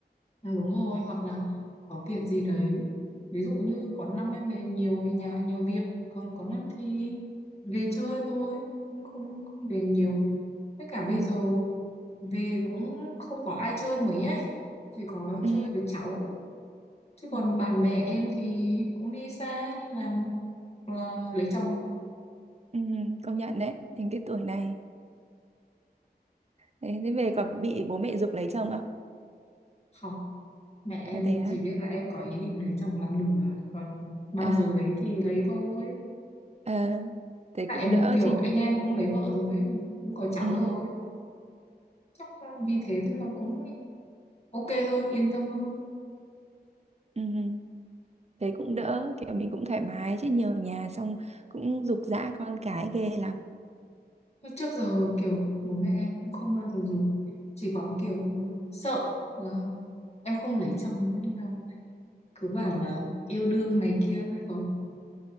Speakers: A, on the left (about 40°); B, on the right (about 40°).
A: Ừ, Đúng rồi, hoặc là có việc gì đấy. Ví dụ như có năm em về nhiều vì nhà nhiều việc, còn có năm thì về chơi thôi, cũng không, không về nhiều. Tất cả bây
B: ừ.
A: giờ về cũng không có ai chơi mấy ấy, chỉ có
B: Ừ.
A: chơi với cháu Chứ còn
B: Ừ.
A: bạn bè em thì cũng đi xa, đi làm hoặc là lấy chồng.
B: Ừ. công nhận đấy đến cái tuổi này đấy, thế về có bị bố mẹ giục lấy chồng không
A: Không, mẹ em
B: à thế á
A: chỉ biết là em có ý định lấy chồng là đúng rồi. Còn bao
B: à
A: giờ lấy thì lấy thôi.
B: ờ thế
A: Tại
B: cũng
A: em
B: đỡ
A: kiểu
B: chứ
A: anh em cũng lấy vợ rồi, ấy, cũng có cháu
B: ừ.
A: rồi. Chắc là vì thế nên là cũng ok hơn, yên tâm hơn.
B: Ừ. ừ. thế cũng đỡ kiểu mình cũng thoải mái chứ nhiều nhà xong cũng giục giã con cái ghê lắm
A: Mà Trước giờ kiểu bố mẹ em cũng không bao giờ dùng. Chỉ có kiểu sợ là em không lấy chồng nên là cứ bảo là yêu đương này kia thôi còn